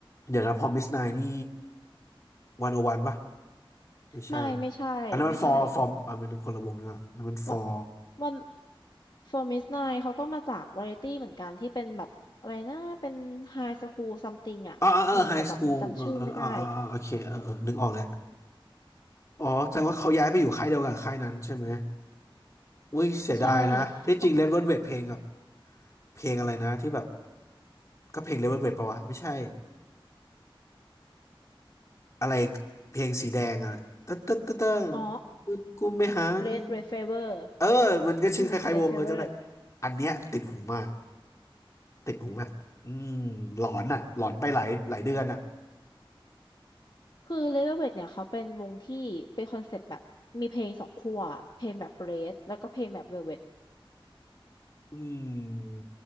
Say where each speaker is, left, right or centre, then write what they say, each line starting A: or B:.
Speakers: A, on the left; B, on the left.
A: เดี๋ยวนะพอมิสไนนี่วันโอวันปะไม่ใช่
B: ไม่ไม่ใช่ไม่ใช่
A: อันนั้นมันฟอร์ฟอร์มอันนั้นมันคนละวงนี่ว่ะอันนั้นมันฟอร์
B: วันวัน Promise n น n เขาก็มาจากวาไรตี้เหมือนกันที่เป็นแบบอะไรนะเป็นไฮสคูลซัมติงอ่ะอืมแต่จำจำชื่อไม่ได้
A: อ่าอ่าเอาไฮสคูลเออเอออ่าอ่าอ่าโอเคเออเออนึกออกแล้วอ๋อแสดงว่าเขาย้ายไปอยู่ค่ายเดียวกันค่ายนั้นใช่ไหมอุ้ยเสียดายนะที่จริงเลดเวลเวทเพลงกับ
B: ใช่เพราะ
A: เพลงอะไรนะที่แบบก็เพลงเลดเวลเวทปะวะไม่ใช่อะไรเพลงสีแดงอะตึ๊ดตึ๊ดตึ๊ดตึ๊ด
B: อ๋อ
A: ตึ๊ดกูไม่หานี่
B: Red Red Fever
A: เออมันก็ชื่อคล้ายๆวงเออจำได้
B: อืม Red Fever
A: อันเนี้ยติดหูมากติดหูแบบอืมหลอนอะหลอนไปหลายหลายเดือนอะ
B: คือเลเวลเวทเนี่ยเขาเป็นวงที่เป็นคอนเซปต์แบบมีเพลงสองขั้วเพลงแบบเรดแล้วก็เพลงแบบเวลเวท
A: อืม